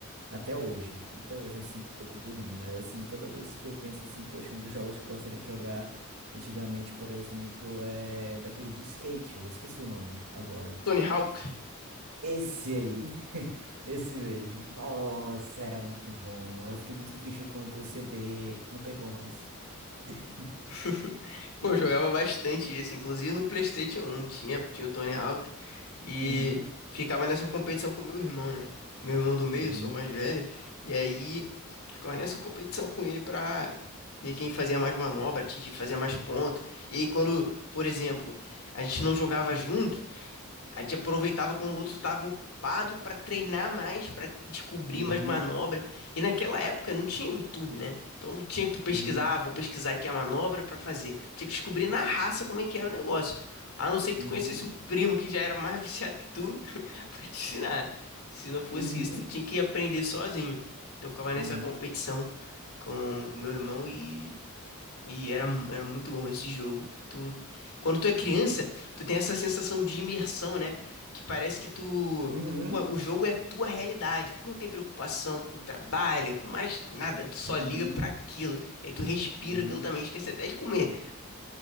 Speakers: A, on the right; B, on the left.
A: Até hoje, até hoje eu sinto um pouco burrinho, mas assim, toda vez que eu penso assim, poxa, um dos jogos que eu gostaria de jogar antigamente, por exemplo, é daquele de skate, eu esqueci o nome agora.
B: Tony Hawk.
A: Esse aí, <laughs> esse mesmo. Nossa, era muito bom. Eu fiquei muito triste quando o CD não pegou mais. <laughs>
B: <laughs> Pô, eu jogava bastante esse, inclusive no PlayStation 1 tinha, tinha o Tony Hawk e
A: Uhum,
B: ficava nessa competição com meu irmão, né? Meu irmão do meio,
A: uhum,
B: eu sou o mais velho, e aí ficava nessa competição com ele pra ver quem fazia mais manobra, atingir, fazia mais ponto. E aí quando, por exemplo, a gente não jogava junto a gente aproveitava quando o outro estava ocupado para treinar mais, para descobrir
A: uhum,
B: mais manobra. E naquela época não tinha YouTube, né? Então não tinha que tu pesquisar,
A: uhum,
B: ah, vou pesquisar aqui a manobra para fazer. Tinha que descobrir na raça como é que era o negócio. A não ser que
A: uhum,
B: tu conhecesse um primo que já era mais <laughs> viciado que tu <laughs> para te ensinar. Se não fosse
A: uhum,
B: isso, tu tinha que aprender sozinho. Então eu ficava nessa
A: uhum,
B: competição com o meu irmão e e era, mu- era muito bom esse jogo. Tu, quando tu é criança, tu tem essa sensação de imersão, né? Que parece que tu,
A: uhum,
B: pô, o jogo é a tua realidade. Tu não tem preocupação com trabalho, com mais nada. Tu só
A: uhum,
B: liga pra aquilo. Aí tu respira
A: uhum,
B: aquilo também. Esquece até de comer.